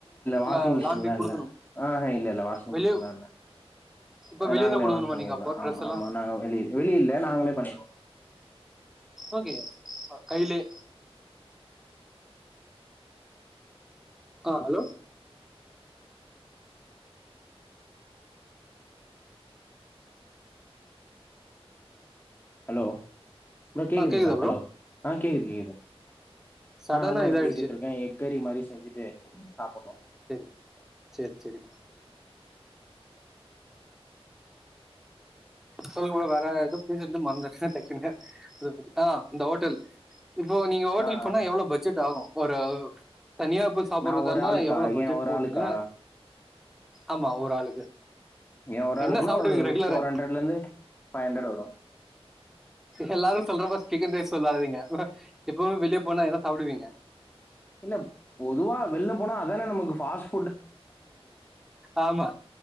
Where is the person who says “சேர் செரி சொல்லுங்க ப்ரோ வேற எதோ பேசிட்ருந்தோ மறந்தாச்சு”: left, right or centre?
Centre